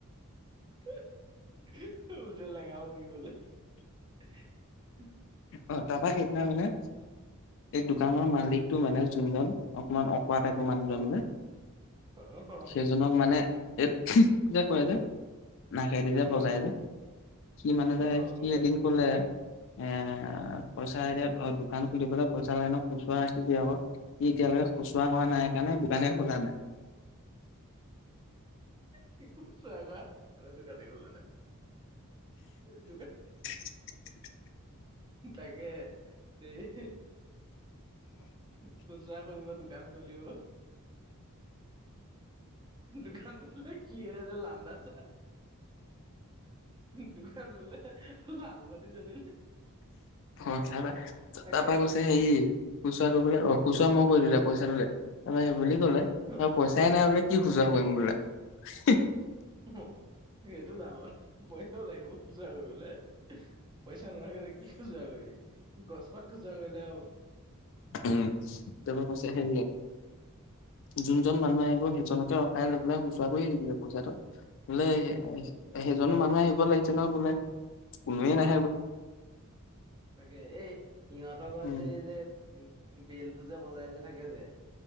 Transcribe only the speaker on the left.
অ তাৰপা সেইদিনা মানে এই দোকানৰ মালিকতটো মানে যোনজন অকমান অকোৱা টাইপৰ মানুহদ
যে
সেইজনক মানে এই যে কৰে যে, নাকেদি যে বজাই
যে সি মানে যে
সি
এদিন কলে এ আহ পইচা এতিয়া অ দোকান খুলিবলৈ পইচা লাইন খুচৰা নাখিবি আকৌ স এতিয়ালৈকে, খুচা কৰা নাই সেইকাৰণে বোকানে খোধা নাই
<inaudible>
অ তাৰপা তাৰপৰা
কৈছে হেৰি খুচৰা কলৈ অ খুচুৰা মই কৰি দিোতিয়া পইচাটো তাৰেই বুলি কলে
পইচাই নাই বোলে কি খোচুৰাা
কৰিম বোলে। উ!
উম এ পৰা কৈছে হে যোনজন মানুহ আহিব। সেইজনকে ৰখাই লৈ পেলাই সুচুাকুয়ে আহি দিলে পইচাটো বোলে
সেইজনো মানুহ আহিব লাগিব। বোলে কোনোৱে নাই।
উম